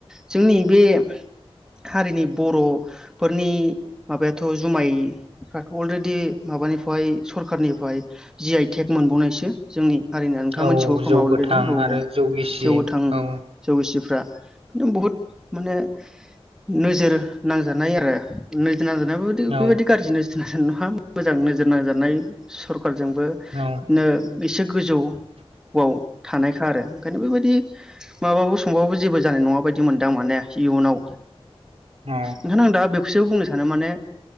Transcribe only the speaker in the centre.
जोंनि बे हारिनि बर'फोरनि माबायाथ' जुमाय फ्राथ' अलरेडि माबानिफ्राय सरखारनिफ्राय जि आइ टेक मोनबावनायसो जोंनि हारिनि नोंथां
मोनथिगौ
खोमा
अलरेडि औ
औ
जौ थाङो
जौ गिसिफ्रा बुहुद माने नोजोर नांजानाय आरो नोजोर नांजानायाबो
बेबायदि गाज्रि नोजोर मोजां नोजोर नांजानाय सरखारजोंबो
बिदिनो एसे गोजौआव थानायखा आरो ओंखायनो बेबायदि माबाबो संबाबो जेबो जानाय नङा बायदि मोनदो आं माने इयुनाव
ओंखायनो आं दा बेखौसो बुंनो सानो माने